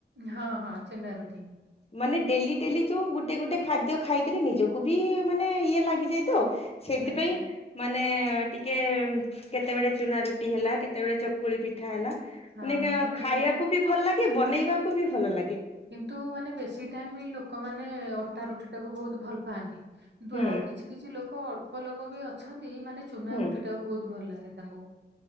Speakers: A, on the right; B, on the left.
A: ହଁ ହଁ ଚୂନା ରୁଟି।
B: ମାନେ ଡେଲି ଡେଲି ଯୋଉ ଗୋଟେ ଗୋଟେ ଖାଦ୍ୟ ଖାଇକିରି ନିଜକୁ ବି ମାନେ ଇଏ ଲାଗିଯାଇ ତ ସେଇଥିପାଇଁ
A: ଆଚ୍ଛା
B: ମାନେ ଟିକେ କେତେବେଳେ ଚୁନା ରୁଟି ହେଲା କେତେବେଳେ ଚକୁଳି ପିଠା ହେଲା ମାନେ
A: ହଁ ନହେଲେ
B: ଖାଇବାକୁ ବି ଭଲ ଲାଗେ ବନେଇବାକୁ ବି ଭଲ ଲାଗେ।
A: କିନ୍ତୁ ମାନେ ବେଶୀ ଟାଇମ ଲୋକମାନେ ଅଟା ରୁଟି ଟାକୁ ବହୁତ ଭଲ ପାଆନ୍ତି। କିନ୍ତୁ
B: ହୁଁ
A: ଆଉ କିଛି କିଛି ଲୋକ ଅଳ୍ପ ଲୋକ ବି ଅଛନ୍ତି ମାନେ ଚୁନା
B: ହୁଁ
A: ରୁଟି ଟାକୁ ବହୁତ ଭଲ ଲାଗେ। ତାଙ୍ଗୁ।